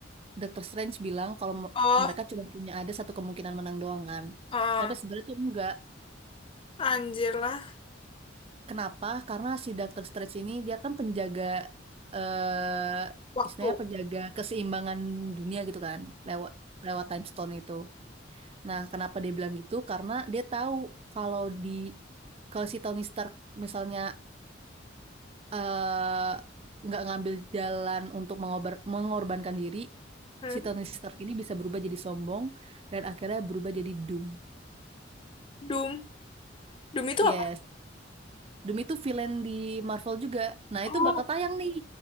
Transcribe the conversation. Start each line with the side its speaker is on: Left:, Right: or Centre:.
Right: dokter Strange bilang kalau m-
Left: Oh,
Right: mereka cuma punya ada satu kemungkinan menang doang kan.
Left: ah.
Right: Tapi sebenarnya tuh enggak.
Left: Anjir lah.
Right: Kenapa? Karena si dokter Strange ini dia kan penjaga eh
Left: Waktu.
Right: istilahnya penjaga keseimbangan dunia gitu kan lewat lewat time stone itu. Nah, kenapa dia bilang gitu? Karena dia tahu kalau di kalau si Tony Stark misalnya eh nggak ngambil jalan untuk mengobar- mengorbankan diri,
Left: Hmm.
Right: si Tony Stark ini bisa berubah jadi sombong dan akhirnya berubah jadi Doom.
Left: Doom. Doom itu
Right: Yes,
Left: apa?
Right: Doom itu villain di Marvel juga. Nah
Left: Oh,
Right: itu bakal tayang nih,